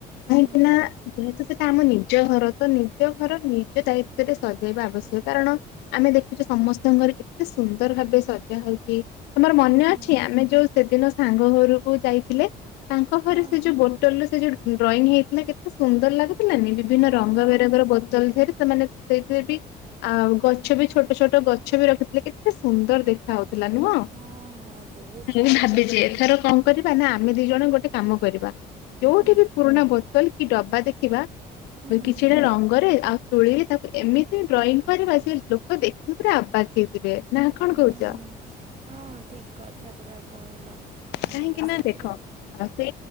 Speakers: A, on the left; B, on the right.
A: କାହିଁକି
B: ହୁଁ
A: ନା ଯେହେତୁ ସେଟା ଆମ ନିଜ ଘର ବା ତ ନିଜ ଘର ନିଜ ଦାୟିତ୍ୱରେ ସଜେଇବା ଆବଶ୍ୟକ କାରଣ ଆମେ ଦେଖୁଛେ ସମସ୍ତଙ୍କ ଘରେ କେତେ ସୁନ୍ଦର ଭାବେ ସଜା ହଉଛି ତମର ମନେ
B: ହୁଁ
A: ଅଛି
B: ହୁଁ
A: ଆମେ ଯୋଉ ସେଦିନ ସାଙ୍ଗ ଘରକୁ ଯାଇଥିଲେ ତାଙ୍କ
B: ହଁ
A: ଘରେ ସେ ଯୋଉ ବୋଟଲରେ ସେ ଯୋଉ ଡ୍ରଇଂ ହେଇଥିଲା କେତେ ସୁନ୍ଦର ଲାଗୁଥିଲାନି ବିଭିନ୍ନ
B: ହଁ
A: ରଙ୍ଗ
B: ହଁ
A: ବରଙ୍ଗର ବୋ ଜଲଦିଆରେ ସେମାନେ ସେଇଥିରେ ବି ଆଉ ଗଛ ବି ଛୋଟ ଛୋଟ ଗଛ ବି ରଖିଥିଲେ କେତେ ସୁନ୍ଦର ଦେଖା ହଉ ଥିଲା ନୁହଁ
B: ହଁ ହଁ ବହୁତ ସୁନ୍ଦର
A: ମୁଁ ଭାବିଛି
B: ଲାଗୁଥିଲା
A: ଏଥରକ କରିବା ନା ଆମେ ଦି ଜଣ ଗୋଟେ କାମ କରିବା ଯୋଉଠି
B: ହୁଁ
A: ବି ପୁରୁଣା ବୋତଲ କି ଡବା ଦେଖିବା
B: ହୁଁ ହୁଁ
A: କିଛିଟା
B: ହୁଁ
A: ରଙ୍ଗରେ ଆଉ ତୂଳୀରେ ତାକୁ ଏମିତି ଡ୍ରଇଂ କରିବା ସେ ଲୋକ ଦେଖିକି ପୁରା ଆବାଗ୍ ହେଇଯିବେ ନା କଣ
B: ହୁଁ
A: କହୁଛ?
B: ହୁଁ ହଁ ଠିକ କଥା ପୁରା କହିଲ ଆ
A: କାହିଁକି ନା
B: ସେଥିରେ
A: ଦେଖ ଆଉ ସେ